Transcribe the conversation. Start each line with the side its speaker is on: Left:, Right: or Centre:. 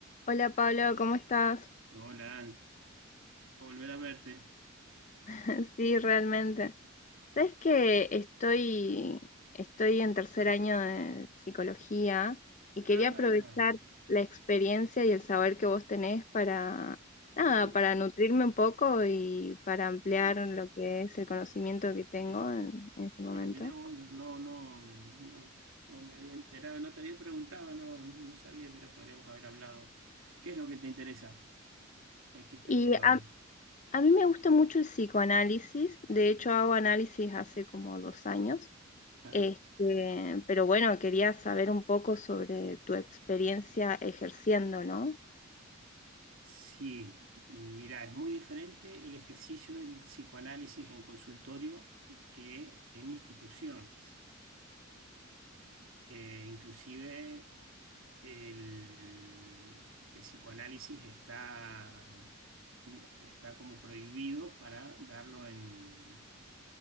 Left: Hola Pablo, ¿cómo estás?
Right: Hola, Anso, volver a verte.
Left: <laughs> Sí, realmente. Sabes que estoy, estoy en tercer año de psicología y
Right: Ah,
Left: quería aprovechar la experiencia y el saber que vos tenés para, nada,
Right: mi-
Left: para nutrirme un poco y para ampliar
Right: eh,
Left: lo que es el conocimiento que tengo
Right: escu-
Left: en, en este momento.
Right: pero mira vos, no, no, no, no me había enterado, no te había preguntado, no, no, no sabía, mira, podríamos haber hablado. ¿Qué es lo que te interesa? Eh, ¿Qué estás
Left: Y
Right: viendo ahora?
Left: a, a mí me gusta mucho el psicoanálisis, de hecho hago análisis hace como dos años.
Right: Ajá.
Left: Este, pero bueno, quería saber un poco sobre tu experiencia ejerciendo, ¿no?
Right: Sí, mira, es muy diferente el ejercicio del psicoanálisis en consultorio que en instituciones. Eh, inclusive el, el psicoanálisis está, no- está como prohibido para darlo en,